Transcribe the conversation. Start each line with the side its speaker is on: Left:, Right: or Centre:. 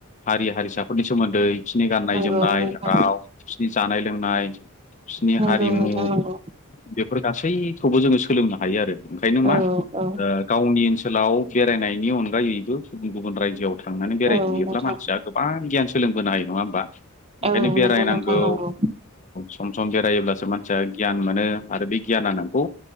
Left: हारि हारिसाफोरनि सोमोन्दै बिसोरनि गाननाय
Right: नंगौ
Left: जोमनाय
Right: नोंथां
Left: राव बिसोरनि जानाय लोंनाय फिसनि
Right: नंगौ
Left: हारिमु
Right: नोंथां नंगौ
Left: बेफोर गासैखौबो जोङो सोलोंनो हायो आरो ओंखायनो
Right: औ
Left: मा
Right: औ
Left: ओ गावनि ओनसोलाव बेरायनायनि अनगायैबो गुबुन गुबुन रायजोआव थांनानै बेरायहैयोब्ला
Right: औ नोंथां
Left: मानसिया गोबां गियान सोलोंबोनो हायो नङा होमबा? ओंखायनो
Right: औ
Left: बेरायनांगौ
Right: नंगौ नोंथां नंगौ
Left: सम सम बेरायोब्लासो मानसिया गियान मोनो आरो बे गियाना नोंखौ